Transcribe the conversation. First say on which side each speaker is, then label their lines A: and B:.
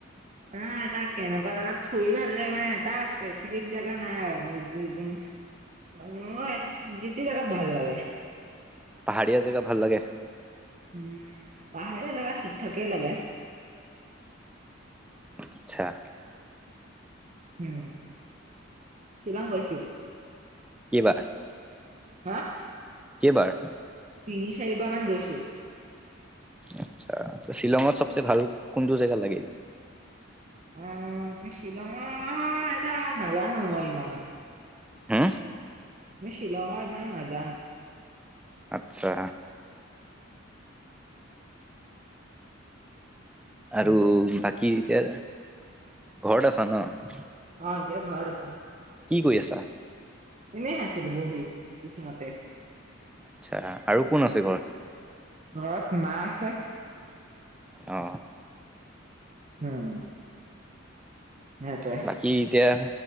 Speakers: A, on the right; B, in the centre.
A: আহ তা কেনেকুৱা জেগাত ফুৰি ভাল লাগি মানে তা- পেচিফিক জেগা নাই আৰু মোৰ যি যিন অঁ যি টি জেগাত ভাল লাগে।
B: পাহাৰীয়া জেগা ভাল লাগে।
A: উম' পাহাৰীয়া জেগা ঠিক ঠাকেই লাগে।
B: আৎচ্ছা।
A: উম শিলং গৈছো।
B: কিবা?
A: হাঁ।
B: কেইবাৰ?
A: তিনি চাৰি বাৰ মান গৈছো।
B: আৎচ্ছা ত শ্বিলঙত চবচে ভাল কোনটো জেগা লাগিল?
A: অঁ শ্বিলঙ হঁ এটা নাজানো মই ইমান।
B: হুম'
A: ময় শ্বিলঙত ইমান নাজাং।
B: আৎচ্ছা।
A: সেইটোৱে
B: আৰু বাকী এতিয়া ঘৰত আছা ন।
A: অঁ এতিয়া ঘৰত আছো।
B: কি কৰি আছা
A: এনেই আছিলো বহি বিচনাতে
B: আচ্ছা আৰু কোন আছে ঘৰত
A: ঘৰত মা আছে
B: অ
A: উম নটে <unintelligible>
B: বাকী এতিয়া